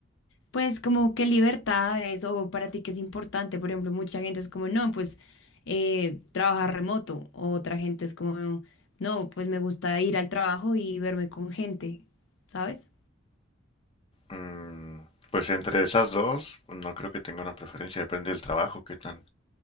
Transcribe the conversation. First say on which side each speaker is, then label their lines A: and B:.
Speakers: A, on the left; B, on the left.
A: Pues como qué libertades o para ti qué es importante, por ejemplo, mucha gente es como, no, pues eh, trabajar remoto, o otra gente es como, no, pues me gusta ir al trabajo y verme con gente, ¿sabes?
B: Mm, pues entre esas dos, no creo que tenga una preferencia, depende del trabajo, qué tan,